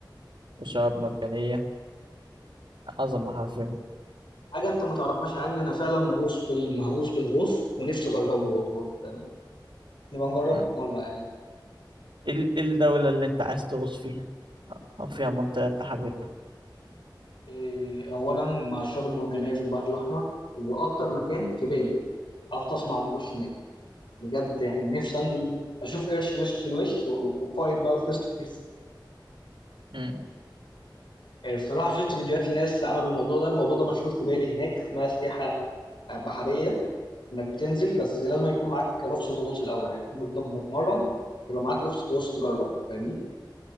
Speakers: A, on the right; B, on the left.
A: وشعاب مرجانية عظمة حرفيا
B: حاجه انت ما تعرفهاش عني انا فعلا مهووس بال- مهووس بالغوص ونفسي اجربه والله فاهم؟ نبقى نجربه
A: م.
B: مره يعني
A: إيه ال- إيه الدولة اللي أنت عايز تغوص فيها أو فيها منطقة أنت حاببها
B: إيه، اولا مع الشعاب المرجانيه في البحر الاحمر واكتر مكان في بالي اغطس مع القروش هناك بجد يعني نفسي انزل اشوف قرش وش لوش و- وفايت بقى فيست
A: م.
B: آه، الصراحة شفت فيديوهات لناس عملوا الموضوع ده الموضوع ده مشهور في بالي هناك اسمها سياحة آه، بحرية إنك بتنزل بس لازم يكون معاك رخصة غوص الأول يعني تكون متضم- متمرن يبقى معاك رخصة غوص تجرب فاهمني